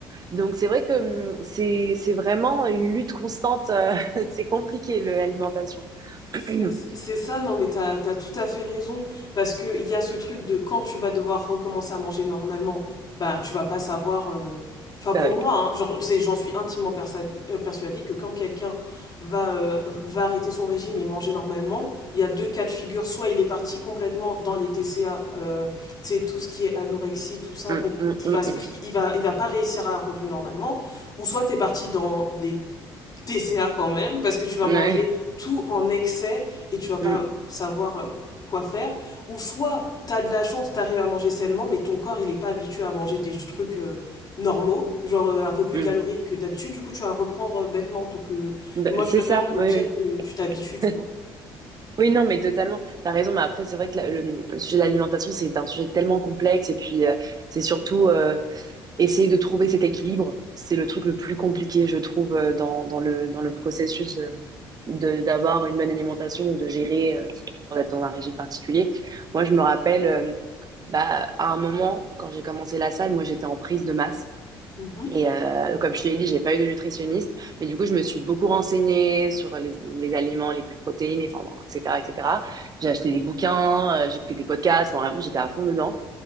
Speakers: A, on the right (about 30°); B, on the left (about 30°).
A: Donc c'est vrai que hum, c'est c'est vraiment une lutte constante. euh, <laughs> c'est compliqué le l'alimentation.
B: C'est
A: <clears throat>
B: c'est ça, non mais t'as, t'as tout à fait raison, parce que il y a ce truc de quand tu vas devoir recommencer à manger normalement, bah tu vas pas savoir, euh, enfin
A: Bah
B: pour
A: oui.
B: moi, hein, genre, c'est- j'en suis intimement persa- euh, persuadée que quand quelqu'un va, euh, va arrêter son régime et manger normalement, il y a deux cas de figure, soit il est parti complètement dans les TCA, euh, tu sais, tout ce qui est anorexie, tout ça,
A: Hum,
B: donc
A: hum,
B: il
A: hum,
B: va, se
A: hum.
B: pri-
A: hum.
B: il va, il va pas réussir à revenir normalement, ou soit t'es parti dans les TCA quand même, parce que tu vas
A: Ouais.
B: manger tout en excès et tu vas pas
A: Hum,
B: savoir euh, quoi faire. Ou soit t'as de la chance, t'arrives à manger sainement, mais ton corps il est pas habitué à manger des trucs euh, normaux, genre euh, un peu plus
A: hum.
B: caloriques que d'habitude, du coup tu vas reprendre euh, bêtement. Donc euh,
A: Bah,
B: moi
A: c'est
B: je préfère
A: ça. Oui,
B: me dire que tu t'habitues, tu
A: oui.
B: vois.
A: <laughs> Oui, non, mais totalement. T'as raison. Mais après, c'est vrai que la- le, le sujet de l'alimentation, c'est un sujet tellement complexe. Et puis, euh, c'est surtout euh, essayer de trouver cet équilibre. C'est le truc le plus compliqué, je trouve, euh, dans, dans le, dans le processus de, de- d'avoir une bonne alimentation ou de gérer, euh, quand on est dans un régime particulier. Moi, je me rappelle. euh, Bah, à un moment, quand j'ai commencé la salle, moi, j'étais en prise de masse.
B: Mhm,
A: Et euh, comme je te l'ai dit, j'ai pas eu de nutritionniste. Mais du coup, je me suis beaucoup renseignée sur les, les aliments les plus protéinés, enfin, bon, etc., etc. J'ai acheté des bouquins, euh, j'ai écouté des podcasts. Enfin, vraiment, j'étais à fond dedans.